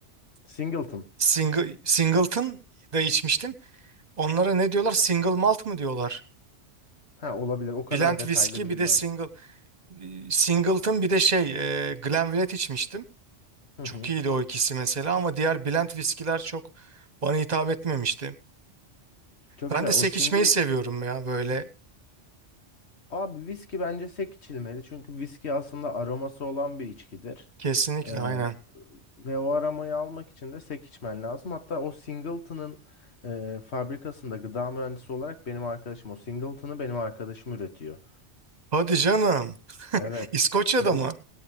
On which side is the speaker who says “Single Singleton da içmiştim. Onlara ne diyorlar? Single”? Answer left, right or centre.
Right